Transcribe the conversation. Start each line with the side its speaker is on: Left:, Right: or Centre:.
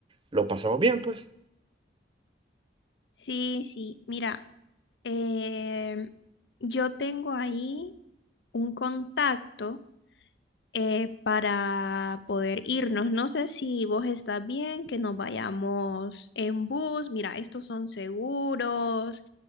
Right: lo pasamos bien, pues.
Left: Sí, sí, mira, em, yo tengo ahí un contacto eh, para poder irnos. No sé si vos estás bien, que nos vayamos en bus. Mira, estos son seguros,